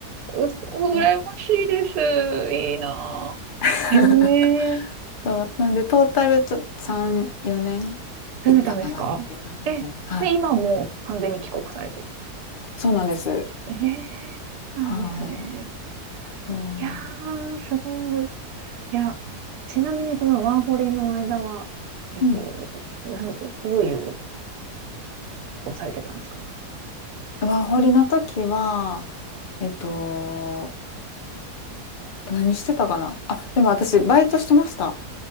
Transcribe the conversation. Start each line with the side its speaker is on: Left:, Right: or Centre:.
Right: うそ、羨ましいです。
Left: ね
Right: いいな
Left: <laughs>
Right: ぁええー、
Left: そう、なんで、トータルちょ、3、4年行ったかなっていう感じですね。
Right: 住んでたんですかえ、
Left: はい。
Right: で、今もう完全に帰国されてる。
Left: そうなんです。
Right: ええー、そうなんですね。
Left: はい。そ
Right: いやー、すごい。いや、ちなみにそのワーホリの間は、えっと、
Left: う。うん。
Right: なん、どういうことをされてたんですか
Left: ワーホリの時は、えっと、何してたかなあ、でも私、バイトしてました。